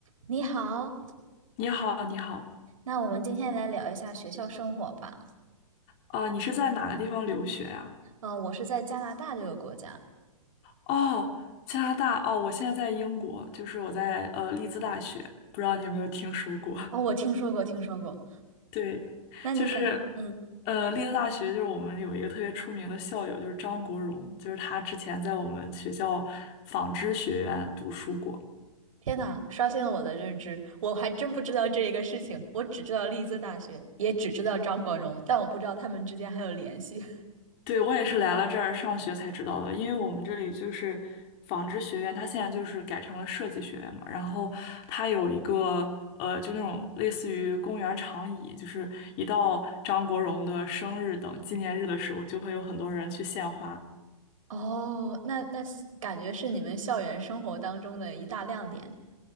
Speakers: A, on the right (about 70°); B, on the left (about 35°).
A: 你好，
B: 你好，你好，
A: 那我们今天来聊一下学校生活吧。
B: 啊、你是在哪个地方留学呀、
A: 嗯，我是在加拿大这个国家。
B: 哦，加拿大，哦，我现在在英国，就是我在呃利兹大学，不知道你有没有听说过？
A: 哦，我听说过，听说过。
B: <laughs> 对，
A: 那你敢？
B: 就是
A: 嗯，
B: 呃利兹大学，就是我们有一个特别出名的校友，就是张国荣，就是他之前在我们学校纺织学院读书过，
A: 天呐，刷新了我的认知，我还真不知道这一个事情。我只知道利兹大学，也只知道张国荣，但我不知道他们之间还有联系。
B: 对，我也是来了这儿上学才知道的，因为我们这里就是纺织学院，它现在就是改成了设计学院嘛，然后它有一个呃，就那种类似于公园长椅，就是一到张国荣的生日等纪念日的时候，就会有很多人去献花，
A: <laughs> 哦，那那是感觉是你们校园生活当中的一大亮点。